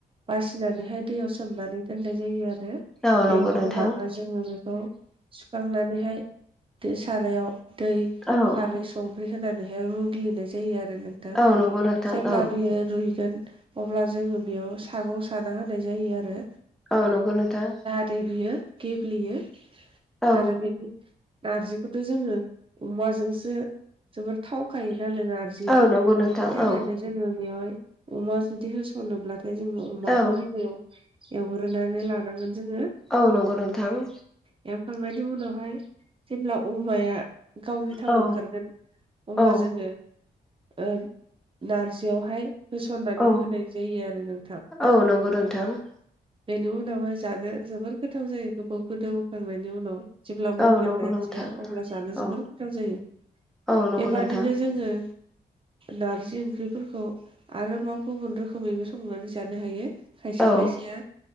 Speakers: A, on the right; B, in the centre.
A: बासिनानैहाय दैयाव सोमनानै दोननाय जायो आरो
B: औ
A: बेनि
B: नंगौ नोंथां
A: उनावहाय जोङो बेखौ सुखांनानैहाय दो सारायाव दै
B: औ
A: खारै संख्रि होनानैहाय रुग्लिनाय जायो आरो नों
B: औ नंगौ नोंथां
A: जेब्ला
B: औ
A: बियो रुइगोन अब्ला जोङो बेयाव सागं साना होनाय जायो आरो
B: औ नंगौ नोंथां
A: नाथाय बियो गेब्लेयो
B: औ
A: आरो बिनि नारजिखौथ' जोङो अमाजोंसो जोबोर थावखायो नालाय नारजिया
B: औ नंगौ नोंथां
A: बेनि थाखायनो
B: औ
A: जोङो बेवहाय अमा जुदि होस'नोब्लाथाय जोङो अमाखौ
B: औ
A: गिबियाव एवग्रोनानै लानांगोन जोङो
B: औ नंगौ नोंथां।
A: एवखांनायनि उनावहाय जेब्ला अमाया गावनि थाव
B: औ
A: ओंखारगोन अब्ला
B: औ
A: जोङो ओ नारजियावहाय होसननानै
B: औ
A: होनाय जायो आरो नों
B: औ नंगौ नोंथां
A: बेनि उनावहाय जानो जोबोर गोथाव जायो गोबाव गोदौखांनायनि उनाव जेब्ला मोनगोन
B: औ नंगौ
A: नारजिाया
B: नोंथां
A: अब्ला जानो जोबोर
B: औ
A: गोथाव जायो
B: औ नंगौ
A: बेबादिनो
B: नोंथां
A: जोङो नारजि ओंख्रिफोरखौ आरोबाव गुबुन रोखोमैबो संनानै जानो हायो खायसे
B: औ
A: खायसेया